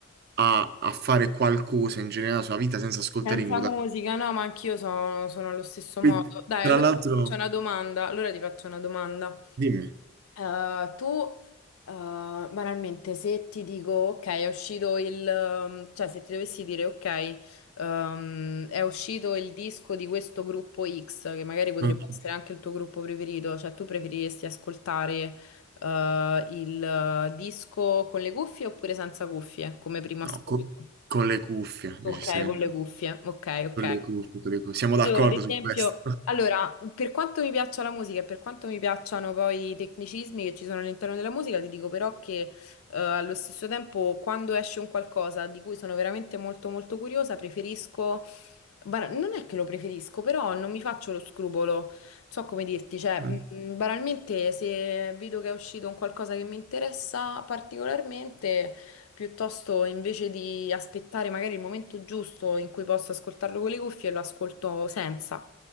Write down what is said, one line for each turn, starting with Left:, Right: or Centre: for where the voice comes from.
Right: a, a fare qualcosa in generale nella sua vita senza ascoltare
Left: Senza
Right: i moda.
Left: musica, no, ma anch'io sono, sono allo stesso
Right: Quindi,
Left: modo. Dai,
Right: tra
Left: allora
Right: l'altro,
Left: c'è una domanda, allora ti faccio una domanda.
Right: dimmi,
Left: Eh, tu, eh, banalmente, se ti dico, ok, è uscito il... ehm, cioè, se ti dovessi dire, ok, ehm, è uscito il disco di questo gruppo X, che magari potrebbe
Right: ok,
Left: essere anche il tuo gruppo preferito, cioè tu preferiresti ascoltare, eh, il eh, disco con le cuffie oppure senza cuffie, come primo
Right: no,
Left: ascolto?
Right: co- con le cuffie,
Left: Ok,
Right: necessariamente,
Left: con le cuffie, ok, ok.
Right: con le cuffie, con le cuffie. Siamo d'accordo
Left: Io ad esempio,
Right: su questo?
Left: allora, per quanto mi piaccia la musica e per quanto mi piacciono poi i tecnicismi che ci sono all'interno della musica, ti dico però che eh, allo stesso tempo quando esce un qualcosa di cui sono veramente molto molto curiosa, preferisco, bara- non è che lo preferisco, però non mi faccio lo scrupolo, so come dirti, cioè
Right: <laughs>
Left: mh, banalmente se vedo che è uscito un qualcosa che mi interessa particolarmente... Piuttosto invece di aspettare magari il momento giusto in cui posso ascoltarlo con le cuffie, lo ascolto senza.